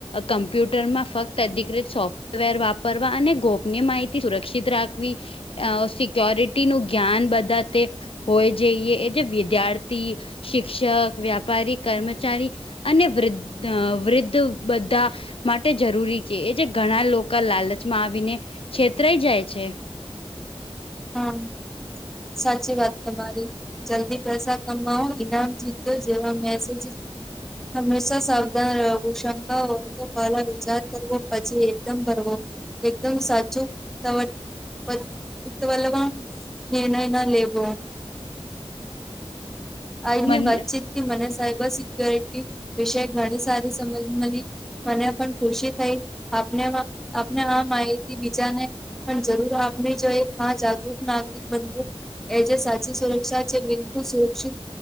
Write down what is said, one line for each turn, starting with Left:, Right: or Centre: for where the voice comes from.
Left: કમ્પ્યુટર માં ફક્ત અધિકૃત સોફ્ટવેર વાપરવા અને ગોપની માહિતી સુરક્ષિત રાખવી. અ સિક્યોરિટી ન ગ્ઞન બધા તે. હોય જઈએ એ જે વિદ્યાર્થી શિક્ષક વ્યાપારી કર્મચારી. અને વૃદ્ધ વૃદ્ધ બધા. માટે જરૂરી છે એ જે ઘણા લોકો લાલચમાં આવીને છેતરાઈ જાય છે.
Centre: હમ સાચી વાત તમારી. જલ્દી પૈસા કમાવો ઈનામ જીત્યો જેવા મેસેજ. હંમેશા સાવધાન રહેવું શંકા હોય તો પહેલા વિચાર કરવો પછી એકદમ કરવો એકદમ સાચું તમે પર તમે લોકોન નિર્નય ન લેવો. આજની
Left: મન
Centre: વાતચીત થી મને સાયબર સિક્યોરિટી વિશે ઘણી સારી સમજી મલી. મને પન ખુશી થઈ આપને આ આપને આ માહિતી બિચાને પન જરૂર આપને જો એક મહા જાગૃત નાગરિક બનવું. એ જે સાચી સુરક્ષા છે બિલકુલ સુરક્ષિત